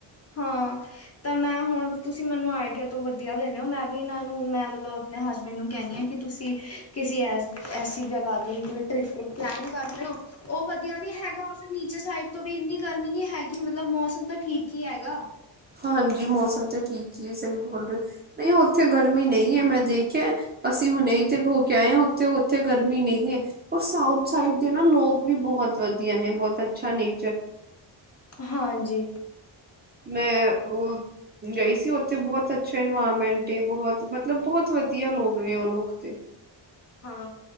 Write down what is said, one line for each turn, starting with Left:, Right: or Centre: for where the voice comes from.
Left: ਹਾਂ। ਤਾਂ ਮੈਂ ਹੁਣ ਤੁਸੀਂ ਮੈਨੂੰ ਆਈਡੀਆ ਤੋਂ ਵਧੀਆ ਦੇਿੰਨੇ ਹੋ ਮੈਂ ਵੀ ਇਹਨਾਂ ਨੂੰ ਮੈਂ ਮਤਲਬ ਆਪਣੇ ਹਸਬੈਂਡ ਨੂੰ ਕਹਿੰਦੀ ਹਾਂ ਕਿ ਤੁਸੀਂ ਕਿਸੇ ਐਸ-ਐਸੀ ਜਗ੍ਹਾ ਦੀ ਕੋਈ ਟ੍ਰਿਪ ਟੁਰਪ ਪਲੈਨ ਕਰ ਲਿਓ। ਉਹ ਵਧੀਆ ਵੀ ਹੈਗਾ ਫਿਰ ਨੀਚੇ ਸਾਈਡ ਤੋਂ ਵੀ ਇੰਨੀ ਗਰਮੀ ਨੀ ਹੈਗੀ ਮਤਲਬ ਮੌਸਮ ਤਾਂ ਠੀਕ ਹੀ ਹੈਗਾ।
Right: ਹਾਂਜੀ, ਮੌਸਮ ਤਾਂ ਠੀਕ ਹੀ ਸਹੀ ਬੋਲ ਰਹੇ, ਨਹੀਂ ਉੱਥੇ ਗਰਮੀ ਨਹੀਂ ਹੈ ਮੈਂ ਦੇਖਿਆ ਅਸੀਂ ਹੁਣੇ ਹੀ ਤੇ ਹੋ ਕੇ ਆਏ ਹਾਂ ਉੱਥੇ-ਉੱਥੇ ਗਰਮੀ ਨਹੀਂ ਹੈ। ਔਰ ਸਾਊਥ ਸਾਈਡ ਦੇ ਨਾ ਲੋਕ ਵੀ ਬਹੁਤ ਵਧੀਆ ਨੇ ਬਹੁਤ ਅੱਛਾ ਨੇ
Left: ਹਾਂਜੀ।
Right: ਮੈਂ ਉਹ ਗਈ ਸੀ ਉੱਥੇ ਬਹੁਤ ਅੱਛਾ ਇਨਵਾਇਰਮੈਂਟ ਏ ਬਹੁਤ ਮਤਲਬ ਬਹੁਤ ਵਧੀਆ ਲੋਕ ਨੇ ਉਹ ਲੋਕ ਤੇ।
Left: ਹਾਂ।